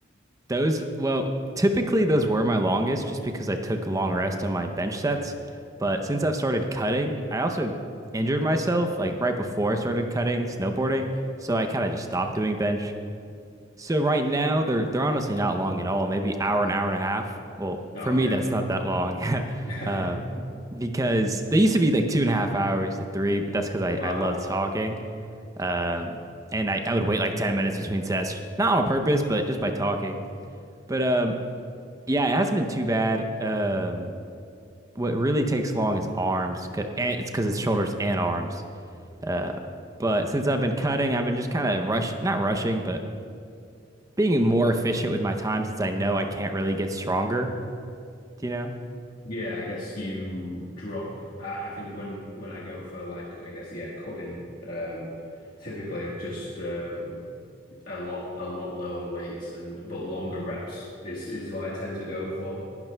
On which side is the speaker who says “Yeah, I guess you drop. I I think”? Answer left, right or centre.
Left